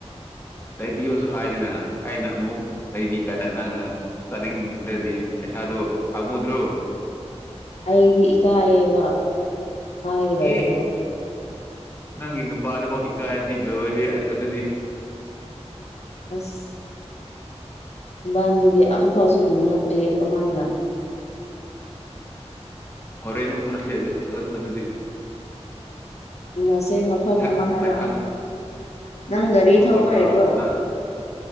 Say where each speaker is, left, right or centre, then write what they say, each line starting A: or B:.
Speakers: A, on the left (about 20°); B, on the left (about 70°).
A: ꯂꯩꯕꯤꯌꯣꯁꯨ ꯍꯥꯏꯗꯅ ꯑꯩꯅ ꯑꯃꯨꯛ ꯂꯩꯕꯤ ꯀꯥꯟꯗ ꯅꯪꯅ ꯆꯥꯅꯤꯡꯗ꯭ꯔꯗꯤ ꯄꯩꯁꯥ ꯑ ꯑꯗꯨꯣ ꯑꯃꯨꯗ꯭ꯔꯣ
B: ꯑꯩꯗꯤ ꯏꯀꯥꯏꯌꯦꯕ ꯍꯥꯏꯒꯗꯕꯗꯣ
A: ꯑꯦ ꯅꯪ ꯏ ꯅꯨ ꯄꯥꯗ ꯐꯥꯎ ꯀꯥꯏꯗꯤ ꯂꯧꯔꯤ ꯑꯗꯨꯗꯤ
B: ꯑꯁ ꯏꯕꯥꯅꯤꯗꯤ ꯑꯝꯐꯥꯎꯁꯨ ꯎꯅꯗ꯭ꯔꯤꯌꯦ ꯀꯃꯥꯏꯅ
A: ꯍꯣꯔꯦꯟꯅ ꯎꯟꯅꯁꯤ ꯑꯗꯨꯗꯤ
B: ꯎꯅꯁꯦ ꯃꯐꯝ
A: ꯊꯦꯛ
B: ꯑꯃ ꯍꯥꯏꯔꯛꯑꯣ
A: ꯃꯥꯏꯈꯥꯟ
B: ꯅꯪ ꯒꯥꯔꯤ
A: ꯃꯐꯝꯐꯝꯗꯣ
B: ꯊꯧꯕ ꯍꯩꯕ꯭ꯔꯣ
A: ꯅ